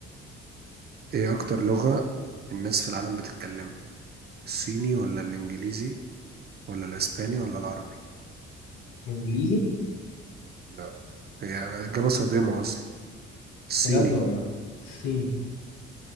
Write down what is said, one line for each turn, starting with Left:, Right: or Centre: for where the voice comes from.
Right: ايه اكتر لغة الناس في العالم بتتكلمها الصيني ولا الانجليزي ولا الاسباني ولا العربي
Left: انجليزي
Right: لا هي اجابة صادمة اصلا الصيني
Left: بجد والله الصيني